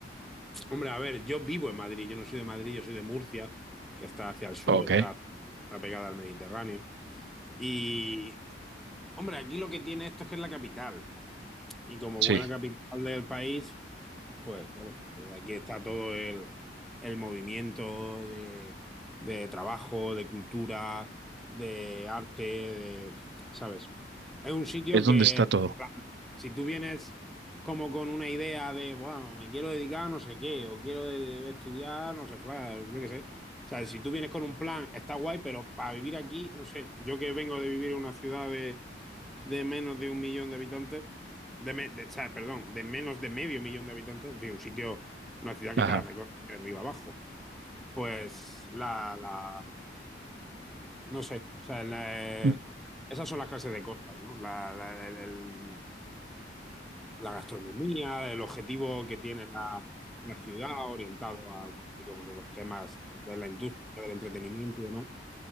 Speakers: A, in the centre; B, on the right.
A: Hombre, a ver, yo vivo en Madrid, yo no soy de Madrid, yo soy de Murcia, que está hacia el sur,
B: Ok,
A: está, está pegada al Mediterráneo. Y, hombre, aquí lo que tiene esto es que es la capital. Y como
B: sí,
A: buena capital del país, pues claro, desde aquí está todo el, el movimiento de, de trabajo, de cultura, de arte, de, ¿sabes? Es un sitio
B: es
A: que
B: donde está todo.
A: si tú vienes como con una idea de, bueno, me quiero dedicar a no sé qué, o quiero de- de- estudiar, no sé, fla- yo qué sé. O sea, si tú vienes con un plan, está guay, pero para vivir aquí, no sé. Yo que vengo de vivir en una ciudad de, de menos de un millón de habitantes, de, me- de- o sea, perdón, de menos de medio millón de habitantes, es decir, un sitio, una ciudad
B: Ajá.
A: que te la recorre de arriba abajo. Pues la, la- no sé, o sea, la-
B: Mm.
A: eh, esas son las clases de cosas, ¿no? La- la- el, el- la gastronomía, el objetivo que tiene la, la ciudad orientado a, como digo, pues, a los temas de la industria, del entretenimiento y demás.